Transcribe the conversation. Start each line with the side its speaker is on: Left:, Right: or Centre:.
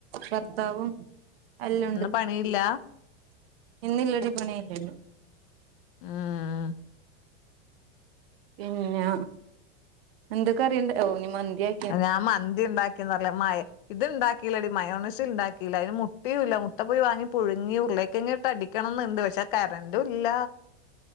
Right: ഭർത്താവും എല്ലണ്ട്.
Left: ഇന്ന് പണിയില്ല
Right: ഇന്നില്ലടി പണനിയില്ല.
Left: ആഹ.
Right: പിന്നെ എന്തൊക്കെ അറിയണ്ട ഓനി മന്തിയാ.
Left: ഞാൻ മന്തി ഉണ്ടാക്കിന്ന് മ ഇത് ഇണ്ടാക്കില്ലടി മയോണിസി ഉണ്ടാക്കില്ല അതിന് മു. പീല്ല മുട്ട പോയി വാങ്ങി പുഴുങ്ങി ഉരുളേക്കങ്ങിട്ട് അടിക്കണംന്നുണ്ട് പക്ഷെ കരഡൂല്ല.